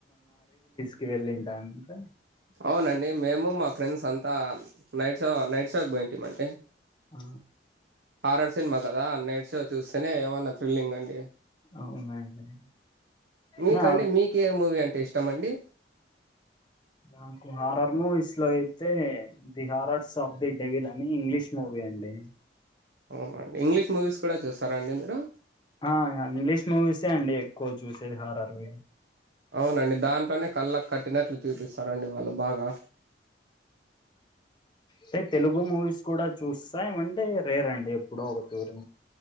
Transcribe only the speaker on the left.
ఇవి వెళ్లిండా అంటే
ఆ
అవునండి
నా
నాకు హారర్ మూవీస్ లో అయితే the horrors of the devil అని ఇంగ్లీష్ మూవీ అండి
ఆ ఇంగ్లీష్ మూవీస్ ఏ అండి ఎక్కువ చూసేది హర్రర్ వి
సే తెలుగు మూవీస్ కూడా చూస్తా ఏమంటే రే రండి ఎప్పుడు ఒక తూరి